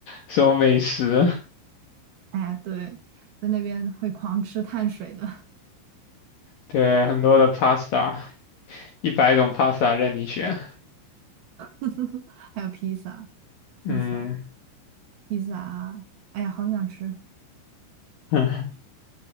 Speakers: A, on the left; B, on the right.
A: 什么美食？
B: 哎，对，在那边会狂吃碳水的，
A: 对，很多的 pasta，一百种 pasta 任你选。
B: <laughs> 还有披萨，披萨，
A: 嗯，
B: 披萨啊，哎呀，好想吃，
A: <laughs>